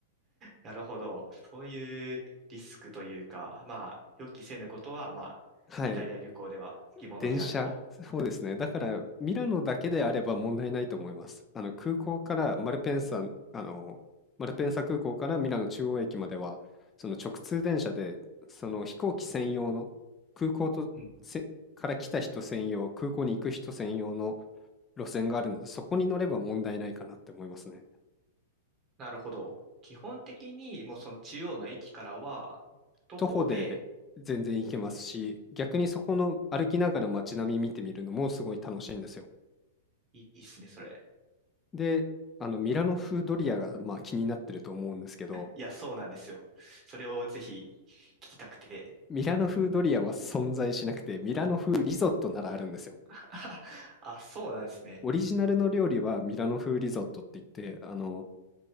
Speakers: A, on the right; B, on the left.
A: なるほど。そういうリスクというか、まあ、予期せぬことは、まあ、
B: はい。
A: イタリア旅行ではつきものであると。
B: 電車、そうですね。だから、ミラノだけであれば問題ないと思います。あの、空港からマルペンサ、あの、マルペンサ空港からミラノ中央駅までは、その直通電車で、その飛行機専用の、空港とせから来た人専用、
A: うん。
B: 空港に行く人専用の路線があるので、そこに乗れば問題ないかなって思いますね。
A: なるほど。基本的に、もうその中央の駅からは、徒歩で、
B: 徒歩で全然行けますし、
A: うんうん。
B: 逆にそこの歩きながら街並み見てみるのもすごい楽しいんですよ。
A: いいいいっすね、それ。
B: で、あのミラノ風ドリアがまあ気になってると思うんですけど、
A: いや、そうなんですよ。それをぜひ聞きたくて。
B: ミラノ風ドリアは存在しなくて、ミラノ風リゾットならあるんですよ。
A: <laughs> あ、そうなんですね。
B: オリジナルの料理はミラノ風リゾットって言って、あの、